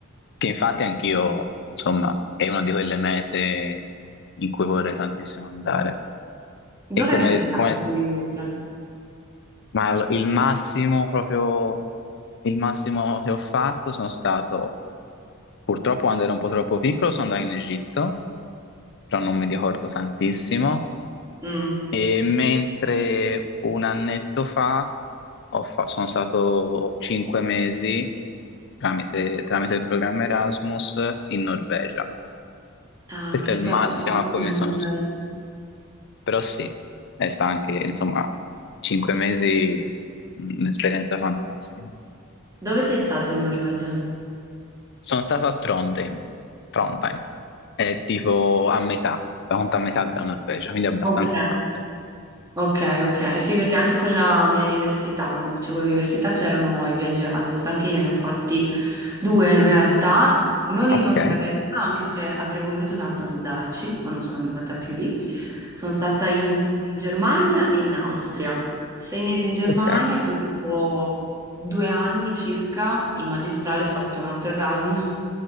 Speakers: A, on the left; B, on the right.
A: che infatti anch'io, insomma, è una di quelle mete in cui vorrei tantissimo andare.
B: Dov'è
A: E come,
B: che sei stato
A: come
B: tu invece?
A: Ma l- il massimo proprio, il massimo che ho fatto sono stato, purtroppo quando ero un po' troppo piccolo, sono andato in Egitto, però non mi ricordo tantissimo.
B: Mm.
A: E mentre un annetto fa, ho fa- sono stato cinque mesi tramite, tramite il programma Erasmus in Norvegia.
B: Ah,
A: Questo
B: che
A: è il
B: bello,
A: massimo
B: anche
A: a cui
B: la
A: mi
B: Norvegia.
A: sono... Però sì, è sta anche, insomma, cinque mesi, mh, un'esperienza fantastica.
B: Dove sei stato in Norvegia?
A: Sono stato a Trondheim, Trondheim, è tipo a metà, la conta a metà della Norvegia, quindi abbastanza
B: Ok.
A: in alto.
B: Ok, ok. Sì, perché anche con la mia università, quando facevo l'università, c'erano i viaggi Erasmus. Anche io ne ho fatti due in realtà, non
A: Ok,
B: in Norvegia, anche se avrei voluto tanto andarci, ma non sono andata più lì. Sono stata in Germania e in Austria. Sei mesi in Germania
A: ok,
B: e poi dopo due anni circa in magistrale ho fatto un altro Erasmus